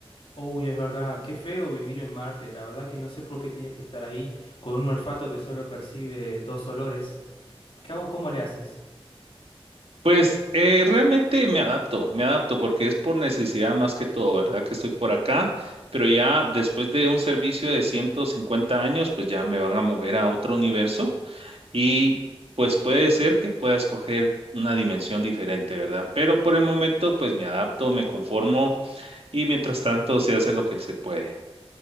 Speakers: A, on the left; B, on the right.
A: Uy, es verdad, qué feo vivir en Marte. La verdad que no sé por qué tienes que estar ahí con un olfato que solo percibe dos olores. ¿Qué hago? ¿Cómo le haces?
B: Pues eh, realmente me adapto, me adapto porque es por necesidad más que todo, ¿verdad? Que estoy por acá, pero ya después de un servicio de 150 años, pues ya me van a mover a otro universo y pues puede ser que pueda escoger una dimensión diferente, ¿verdad? Pero por el momento, pues me adapto, me conformo y mientras tanto se hace lo que se puede.